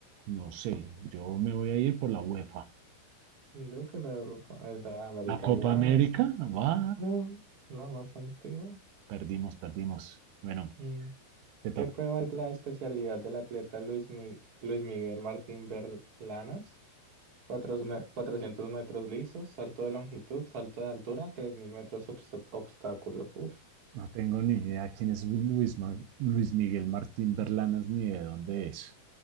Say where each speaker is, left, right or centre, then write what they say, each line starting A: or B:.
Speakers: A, on the right; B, on the right.
A: no sé, yo me voy a ir por la UEFA.
B: Creo que la de Europa, es la América
A: La Copa
B: What?
A: América, va.
B: Ah, la más antigua.
A: Perdimos, perdimos. Bueno,
B: Mm,
A: te toca.
B: ¿Qué prueba es la especialidad del atleta Luis, Mi- Luis Miguel Martín Berlanas? Cuatros me- cuatrocientos metros lisos, salto de longitud, salto de altura, 3.000 metros obs- obstáculos. Uf,
A: No tengo ni idea quién es Luis, Ma- Luis Miguel Martín Berlanas ni de dónde es.